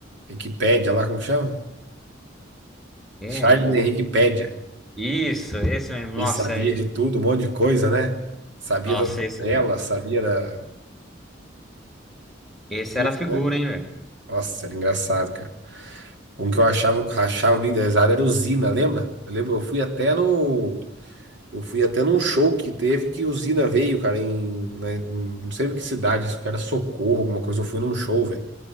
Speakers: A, on the right; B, in the centre.
A: Wikipédia lá, como que chama?
B: É,
A: Charles
B: o.
A: Henricpédia.
B: Isso, esse mesmo.
A: Ele
B: Nossa,
A: sabia
B: é-
A: de tudo, um monte de coisa, né? Sabia
B: nossa,
A: das novelas,
B: esse,
A: sabia da.
B: esse
A: é Isso,
B: era a figura,
A: né?
B: hein, velho?
A: Nossa, era engraçado, cara. Um que eu achava, achava bem desenhado era o Zina, lembra? Eu lembro, eu fui até no. Eu fui até num show que teve que o Zina veio, cara, em. né, não sei em que cidade, isso que era Socorro, alguma coisa. Eu fui num show, velho.